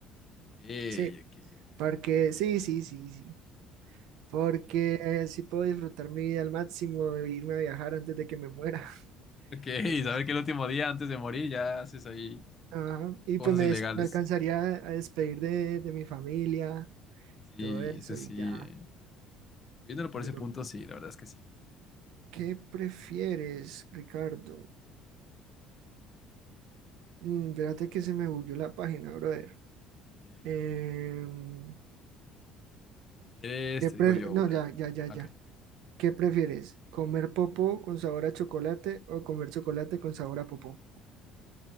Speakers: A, on the left; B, on the right.
A: Ok,
B: Sí,
A: ok.
B: porque sí, sí, sí, sí. Porque así puedo disfrutar mi vida al máximo e irme a viajar antes de que me muera.
A: Ok, <laughs>
B: Entonces,
A: saber que el último día antes de morir ya haces ahí
B: Ajá. Y
A: cosas
B: pues me,
A: ilegales.
B: des- me alcanzaría a despedir de, de mi familia,
A: Sí,
B: todo eso
A: ese sí.
B: y ya.
A: eh. Viéndolo por
B: Bueno,
A: ese punto, sí, la verdad es que sí.
B: ¿qué prefieres, Ricardo? Mm, espérate que se me bugueó la página, brother.
A: Ok,
B: Em,
A: ok. Si quieres,
B: ¿qué
A: te
B: pre-
A: digo yo
B: no,
A: una.
B: ya, ya, ya, ya.
A: Ok.
B: ¿Qué prefieres? ¿Comer popó con sabor a chocolate o comer chocolate con sabor a popó?